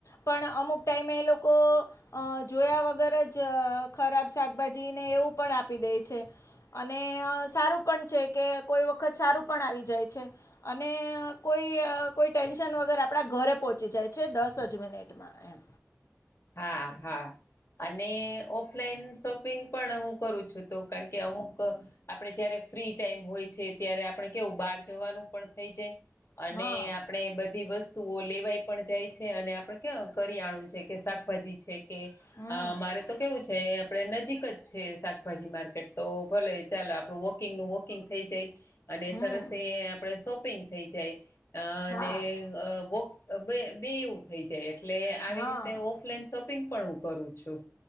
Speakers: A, on the left; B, on the left.
A: પણ અમુક ટાઈમે એ લોકો જોયા વગર જ ખરાબ શાકભાજીને એવું પણ આપી દે છે. અને સારું પણ છે, કે કોઈ વખત સારું પણ આવી જાય છે. અને કોઈ કોઈ ટેન્શન વગર આપડા ઘરે પહોંચી જાય છે દસ જ મિનિટ એમાં એમ
B: હા હા. અને ઓફલાઈન શોપિંગ પણ હું કરું છું. તો કારણ કે અમુક આપણે જયારે ફ્રી ટાઈમ હોય છે. ત્યારે આપણે કેવું બહાર જવાનું પણ થઈ જાય. અને
A: હા
B: આપણેે બધી વસ્તુઓ લેવાય પણ જાય છે. અને આપડે કેમ કરીયાણું છે. કે શાકભાજી છેકે
A: હમ
B: અ મારે તો કેવું છે આપડે નજીક જ છે. શાકભાજી માર્કેટ તો ભલે ચાલો આપણું વાંક કિંગનું વોકિંગ થઈ જાય. અને
A: હમ
B: સરસ તે આપણે શોપીંગ થઈ જાય અને
A: હા
B: અ બે બેએવું થઈ જાય એટલે આવી
A: હા
B: રીતે ઓફલાઈન શોપિંગ પણ હુંકરુ છું.